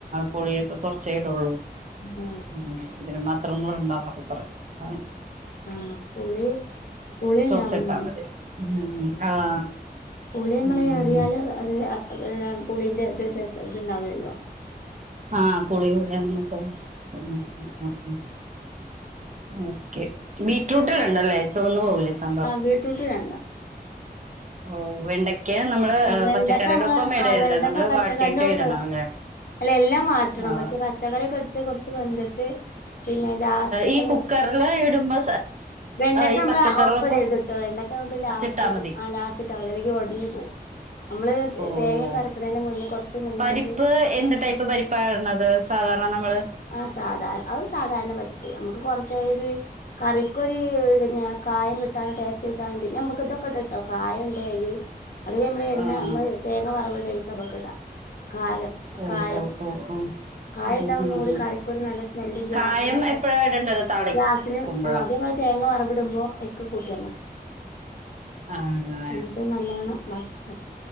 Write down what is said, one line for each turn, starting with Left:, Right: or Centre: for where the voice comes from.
Right: പുളിയൊക്കെ കൊർച്ചേ ഇടള്ളൂ.
Left: ആ
Right: ഉം ഇതിന് മാത്രം ഒന്നും ഇടണ്ട <unintelligible> <unintelligible>
Left: ആ പുളി പുളി
Right: കൊർച്
Left: ഉണ്ടാവുന്നുണ്ട്
Right: ഇട്ടാ മതി ഉം ആഹ്.
Left: പുളിയമ്മളെ
Right: ഉം
Left: അറിയാലൊ അത് അത് പുളിന്റെ ത് രസാ ഇത് ണ്ടാവില്ലല്ലോ.
Right: ആഹ് പുളി കൂടിയാ നമ്മക്ക അത് ഓക്കെ ബീറ്റ്റൂട്ട് ഇടണ്ടല്ലേ ചുവന്നു പോകൂലെ സമ്പാർ.
Left: ബീറ്റ്റൂട്ട് ഇടണ്ട.
Right: ഓ വെണ്ടയ്ക്ക് നമ്മള്
Left: ആഹ് വെണ്ടക്ക
Right: പച്ചക്കറിയുടെ
Left: നമ്മളെ
Right: ഒപ്പം ഇടരുത്
Left: ആഹ് വെണ്ടക്ക
Right: നമ്മള്
Left: പച്ചക്കറിൻന്റെ
Right: വാട്ടിയിട്ടേ
Left: ഒപ്പ
Right: ഇടണം അല്ലെ
Left: അല്ലേ എല്ലാം വാട്ടണം
Right: ആഹ്
Left: പക്ഷെ പച്ചക്കറിയൊക്കെ ഇട്ട് കൊർച്ച് വെന്ത്‌ട്ട് പിന്നെ ലാസ്റ്റ് ഞമ്മള്
Right: ഈ കുക്കറില് ഇടുമ്പോ
Left: വെണ്ടക്ക
Right: ഈ
Left: ഞമ്മള്
Right: പച്ചക്കറികളൊപ്പം
Left: ഒപ്പ ഇടരുത് വെണ്ടക്ക നമ്മുക്ക് ലാസ്റ്റ്
Right: ഇട്ടാ മതി
Left: ലാസ്റ്റ് ഇട്ടാ മതി അല്ലങ്കിൽ ഒട കുഞ്ഞു പോ നമ്മള്
Right: ഓ
Left: തേങ്ങ
Right: ഓ
Left: ഒക്കെ അരക്കുന്നതിന് മുന്നേ കൊറച്ച് മുന്നായിട്ട്
Right: പരിപ്പ് എന്ത് ടൈപ്പ് പരിപ്പാ ഇടണത് സാധാരണ നമ്മൾ
Left: ആ സാധാര അത് സാധാരണ പരിപ്പ് നമുക്ക് കുറച്ച ഒരു കറിക്കൊ ഒരു കായം കിട്ടാനും ടേസ്റ്റ് കിട്ടാനും പിന്നെ നമ്മക്ക് ഇതൊക്കെ ഇ ഇണ്ട്ട്ടോ കായംണ്ട് അയ്ല് അതൊെ നമ്മളെ എണ്ണ
Right: ആഹ്
Left: നമ്മള് തേങ്ങ വറവ്‌ട്‌ണീക്ക്ഞമ്മക്ക് ഇടാ. കാരം
Right: ഓ
Left: കായം
Right: ഓ ഓ ഓ ഉം
Left: കായട്ടാ ഒന്നുകൂടി
Right: ഉം ഉം
Left: കറിക്കൊരു നല്ല സ്മെല്ലും ഗ്യാസിനൊക്കെ
Right: കായം എപ്പഴാ ഇടണ്ടത് താളിക്കുമ്പഴോ
Left: ഗ്യാസിന് അതേ മാ തേങ്ങ വറവിടുമ്പോഐക്ക് കൂട്ടിയാ മതി
Right: ആണല്ലേ
Left: എന്നിട്ട് നല്ലവണ്ണം ഇതാക്ക